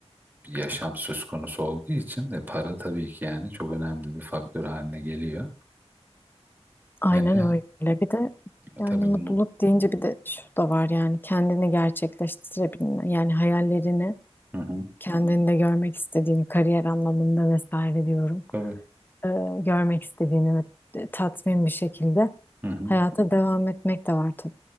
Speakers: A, on the right; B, on the left.
A: bir yaşam söz konusu olduğu için de para tabii ki yani çok önemli bir faktör haline geliyor.
B: Aynen
A: Hani
B: öyle. Bir de yani
A: tabii
B: mutluluk
A: mut,
B: deyince bir de şu da var yani kendini gerçekleştirebilme. Yani hayallerini
A: hı hı,
B: kendinde görmek istediğini kariyer anlamında vesaire diyorum.
A: tabii
B: e, görmek istediğini ve e, tatmin bir şekilde
A: hı hı.
B: hayata devam etmek de var tabii.